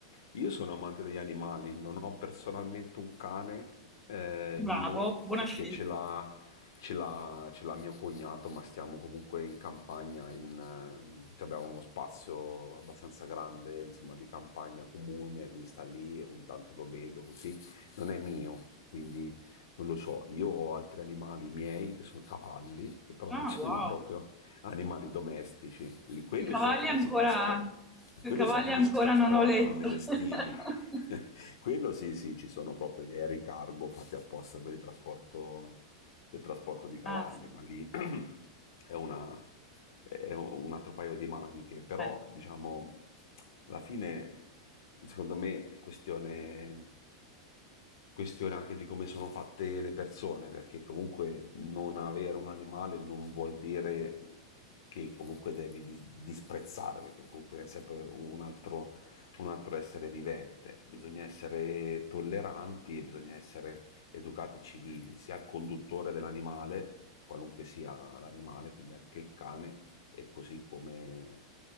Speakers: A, on the left (about 75°); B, in the centre.
A: io sono amante degli animali, non ho personalmente un cane eh,
B: Bravo,
A: mio
B: buona
A: perché
B: scelta.
A: ce l'ha, ce l'ha- ce l'ha mio cognato, ma stiamo comunque in campagna, in, ehm, cioè abbiamo uno spazio abbastanza grande, insomma, di campagna comune, lui sta lì e ogni tanto lo vedo così, non è mio, quindi non lo so, io ho altri animali miei che sono cavalli, che però
B: Ah,
A: non sono
B: wow.
A: proprio animali domestici. Lì- Quello
B: Sui cavalli
A: so come
B: ancora,
A: si trasporta.
B: sui
A: Quello
B: cavalli
A: so come
B: ancora
A: si trasportano
B: non ho letto.
A: nelle stive.
B: <laughs>
A: <laughs> Quello sì, sì, ci sono proprio gli aerei cargo fatti apposta per il trasporto, per il trasporto di cavalli,
B: Ah, sì.
A: ma lì è, una- è un altro paio di maniche, però
B: Eh,
A: diciamo, alla fine, secondo me, è questione questione anche di come sono fatte le persone, perché comunque non avere un animale non vuol dire che comunque devi dis- disprezzare, perché comunque è sempre un altro, un altro essere vivente. Bisogna essere tolleranti e bisogna essere educati civili, sia al conduttore dell'animale, qualunque sia l'animale, quindi anche il cane, e così come,